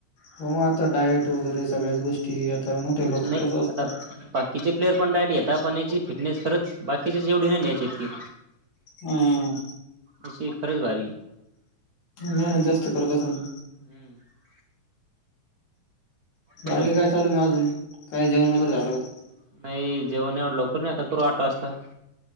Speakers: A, on the left (about 80°); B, on the right (about 70°).
A: हो म आता डायट वगैरे सगळ्याच गोष्टी, आता मोठे लोक
B: नाही
A: कसं असत.
B: आता बाकीचे प्लेयर पण डायट घेता, पण याची फिटनेस खरंच बाकीच्याच एवढी नाही न याच्या इतकी.
A: हा!
B: अशी खरच भारीय.
A: मेहनत जास्त करत असंन.
B: हम्म बरं
A: बाकी
B: आहे ना
A: काय चालू म अजून, काय जेवण
B: बाकी
A: वगैरे झालं का?
B: नाही जेवण एवढ्या लोकर नाही, आता करू आठ वाजता.